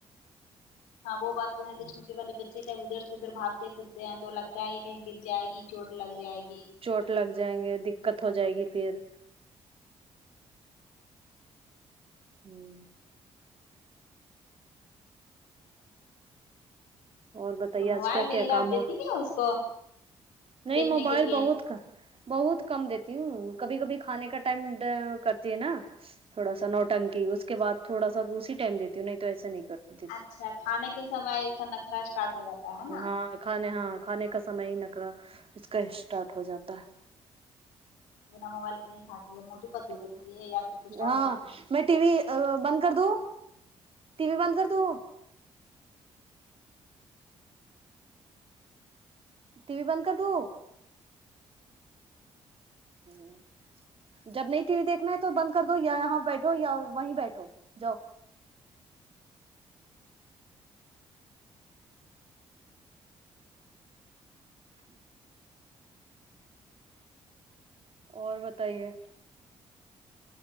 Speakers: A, on the left; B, on the right.
A: ہاں وہ بات تو ہے جو چھوٹے والے بچے ادھر سے ادھر باگ تے پھرتے ہیں تو لگتا ہے کہ کہیں گر جائے گی چوٹ لگ جائے گی
B: چوٹ لگ جائیں گے دقت ہو جائے گی پھر ہوں اور بتائیے
A: تو موبائل
B: آج کیا
A: وغیرہ
B: کیا کام
A: آپ دیتی
B: ہو
A: ہیںے اس کو
B: نہیں
A: دیکھنے
B: موبائل
A: کے لیے
B: بہت کا بہت کم دیتی ہوں کبھی کبھی کھانے کا ٹائم کرتی ہے نا تھوڑا سا نوٹنکی اس کے بعد تھوڑا سا اسی ٹائم دیتی ہوں نہیں تو ایسا نہیں کرتی
A: اچھا کھانے کے سمے اس کا نخرا اسٹارٹ ہو جاتا ہے نا
B: ہاں کھانے ہاں کھانے کا سمے ہی نخرہ اس کا اسٹارٹ ہو جاتا ہے
A: بنا موبائل کے نہیں کھاتی ہے موٹو پتلو
B: ہ
A: دیتی ہے یا پھر کچھ اور
B: ہاں
A: دیتی ہے
B: میں ٹی وی بند کر دوں ٹی وی بند کر دوں ٹی وی بند کر دو ہوں جب نہیں ٹی وی دیکھنا ہے تو بند کر دو یا یہاں بیٹھو یا وہیں بیٹھو جاؤ ہی اور بتائیے